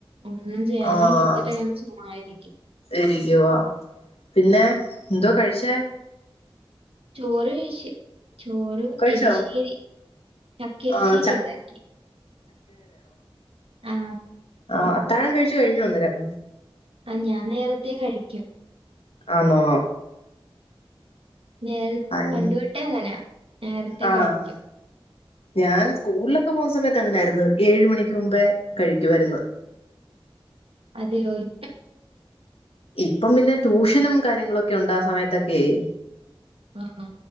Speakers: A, on the right; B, on the left.
A: ഒന്നും ചെയ്യാനും
B: ആഹ്
A: തോന്നതില്ല ഇങ്ങനെ ചുമ്മായിരിക്കും
B: ഇരിക്കുവാ പിന്നെ എന്തോ കഴിച്ചേ?
A: ചോറ് കഴിച്ച്. ചോറ്,
B: കഴിച്ചോ
A: എളിശേരി. ചക്കയെരിശ്ശേരി
B: ആഹ് ച
A: ഉണ്ടാക്കി ആ
B: ആ അത്താഴം കഴിച്ചു കഴിഞ്ഞോ അന്നേരം.
A: ആ ഞാൻ നേരത്തെ കഴിക്കും.
B: ആണോ
A: നേര പണ്ടുതൊട്ടെ
B: ഇനി
A: അങ്ങനാ നേരത്തേ
B: ആഹ്
A: കഴിക്കും
B: ഞാൻ സ്കൂളിലൊക്കെ പോകു സമയത്ത് അങ്ങനായിരുന്നു ഏഴു മണിക്ക് മുമ്പേകഴിക്കുവായിരുന്നു
A: അതെയൊയ്
B: ഇപ്പം പിന്നെ ട്യൂഷനും കാര്യങ്ങളൊക്കെയൊണ്ടേ ആ സമയത്തൊക്കെയെ
A: ആ ആ